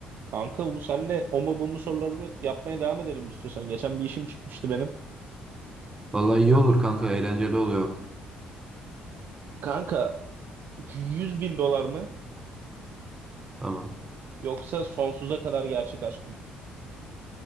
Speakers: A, on the right (about 60°); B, on the right (about 20°).
A: Kanka bu senle o mu bu mu sorularını yapmaya devam edelim istiyorsan. Geçen bir işim çıkmıştı benim.
B: Vallahi iyi olur kanka eğlenceli oluyor.
A: Kanka 100 bin dolar mı
B: Tamam.
A: yoksa sonsuza kadar gerçek aşk mı?